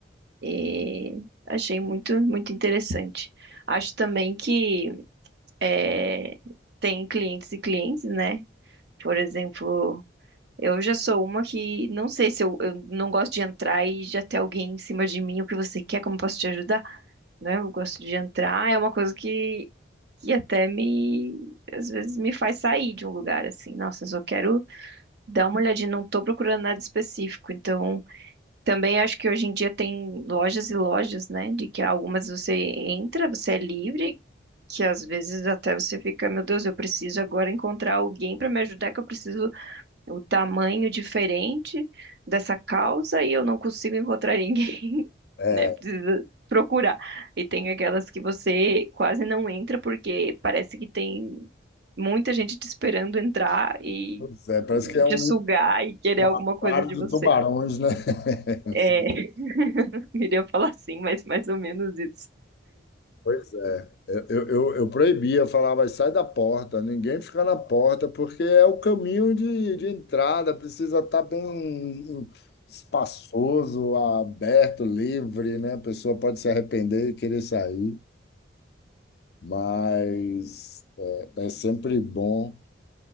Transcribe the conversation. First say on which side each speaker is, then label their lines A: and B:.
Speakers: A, on the right (about 60°); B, on the left (about 55°).
A: E achei muito, muito interessante. Acho também que é, tem clientes e clientes, né? Por exemplo, eu já sou uma que não sei se eu, eu não gosto de entrar e já ter alguém em cima de mim, o que você quer, como eu posso te ajudar? Né? Eu gosto de entrar, é uma coisa que, que até me, às vezes me faz sair de um lugar assim. Nossa, eu só quero Dá uma olhadinha, não tô procurando nada específico. Então, também acho que hoje em dia tem lojas e lojas, né? De que algumas você entra, você é livre, que às vezes até você fica, meu Deus, eu preciso agora encontrar alguém para me ajudar, que eu preciso o tamanho diferente dessa causa e eu não consigo encontrar ninguém, <laughs>
B: É,
A: né? Precisa procurar. E tem aquelas que você quase não entra porque parece que tem muita gente te esperando entrar e
B: pois é, parece
A: e
B: que é um,
A: te sugar e querer
B: um
A: alguma
B: aquário
A: coisa de
B: de
A: você.
B: tubarões, né? <laughs>
A: É, <laughs> queria falar assim, mas mais ou menos isso.
B: Pois é, eu, eu, eu proibia, falava, sai da porta, ninguém fica na porta, porque é o caminho de, de entrada, precisa estar bem hum, espaçoso, aberto, livre, né? A pessoa pode se arrepender e querer sair. mas é, é sempre bom